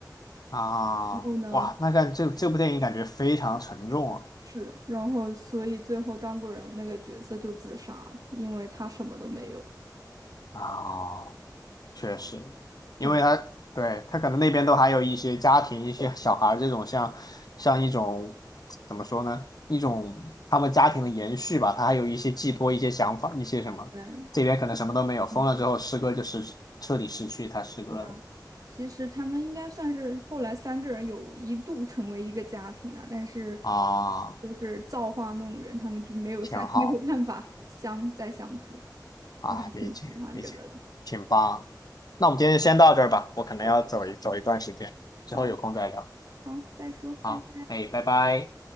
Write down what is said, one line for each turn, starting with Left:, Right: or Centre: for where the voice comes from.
Left: 啊，
Right: 然后呢？
Left: 哇，那看这这部电影感觉非常沉重啊。
Right: 是，然后所以最后张国荣那个角色就自杀了，因为他什么都没有。
Left: 啊，确实，
Right: 很
Left: 因为他对他可能那边都还有一些家庭、一些小孩儿这种像像一种怎么说呢？一种他们家庭的延续吧，他还有一些寄托、一些想法、一些什么。
Right: 对，
Left: 这边可能什么都没有，封了之后，
Right: 嗯，
Left: 诗歌就是彻底失去他诗歌了
Right: 是啊，其实他们应该算是后来三个人有一度成为一个家庭了，但是
Left: 啊，
Right: 就是造化弄人，他们就没有三
Left: 挺好
Right: <laughs> 没有办法相再相处。
Left: 啊，
Right: 我还挺喜欢这个的。
Left: 理解理解，挺棒。那我们今天就先到这儿吧，我可能要走一走一段时间，
Right: 好的，好，
Left: 之后有空再聊。
Right: 好，再说，
Left: 好，
Right: 拜拜。
Left: 哎，拜拜。